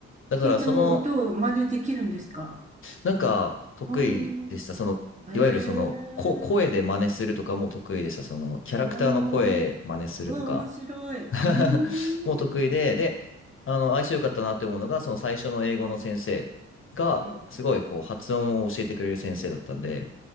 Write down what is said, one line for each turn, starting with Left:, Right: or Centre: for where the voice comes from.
Left: だからその
Right: 聞いた音を真似できるんですか
Left: なんか得意でした。
Right: うー。
Left: その、
Right: へえ。
Left: いわゆるその、こ、声で真似するとかも得意でした。その、キャラクターの声真似するとか
Right: おー。うわ、面白い。
Left: <laughs>
Right: うー
Left: も得意で、
Right: ん。
Left: で、あの、相性良かったなって思うのが、その最初の英語の先生が、
Right: ええ、ええ。
Left: すごいこう、発音を教えてくれる先生だったんで、